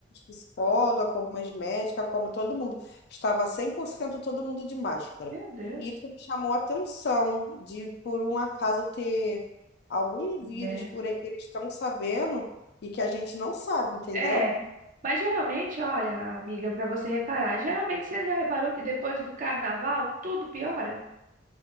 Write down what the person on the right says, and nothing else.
Meu Deus.
É,
é. Mas geralmente, olha, amiga, para você reparar, geralmente você já reparou que depois do carnaval tudo piora?